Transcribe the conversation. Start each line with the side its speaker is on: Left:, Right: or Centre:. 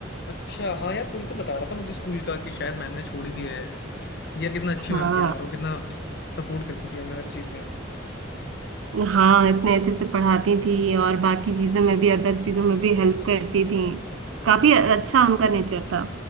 Left: अच्छा हाँ यार कोई तो बता रहा था मुझे स्कूल का कि शायद मैम ने छोड़ ही दिया है यार कितना अच्छी
Right: हाँ
Left: मैम थी यार वो कितना सपोर्ट करती थी हमें हर चीज में
Right: हाँ इतने अच्छे से पढ़ाती थी और बाकी चीजों में भी अदर चीजों में भी हेल्प करती थी काफी अच्छा उनका नेचर था